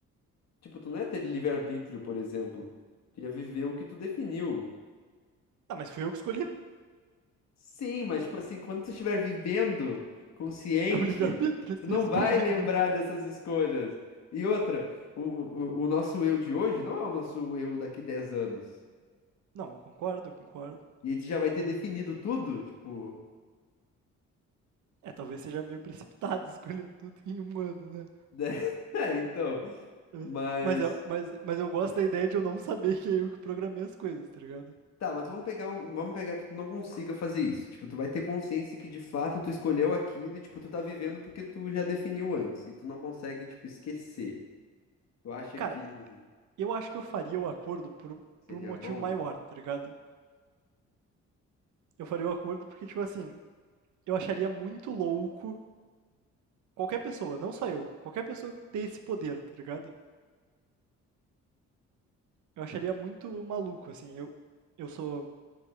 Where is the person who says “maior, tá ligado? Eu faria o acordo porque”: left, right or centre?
Right